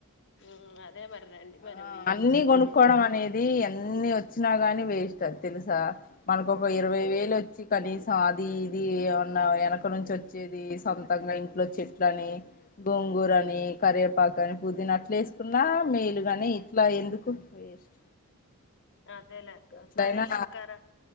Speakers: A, on the left; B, on the left.
A: ఉమ్ అదే <unintelligible>
B: ఆ
A: వీలు
B: అన్ని
A: చూసుకొని
B: కొనుక్కోవడం అనేది ఎన్ని వచ్చినా గాని వేస్ట్ తెలుసా మనకు ఒక
A: ఉమ్
B: ఇరవై వేలు వచ్చి కనీసం అది ఇది ఏమ్ మన్నా వెనక నుంచి వచ్చేది సొంతంగా ఇంట్లో చెట్ల అని గోంగూరని కరేపా కనే పుదీనా అట్లే వేసుకున్నా మేలుగాని ఇట్లా ఎందుకు వేస్ట్
A: అదేలేెక్క
B: ఎట్లయినా
A: సరేలేక్క రండి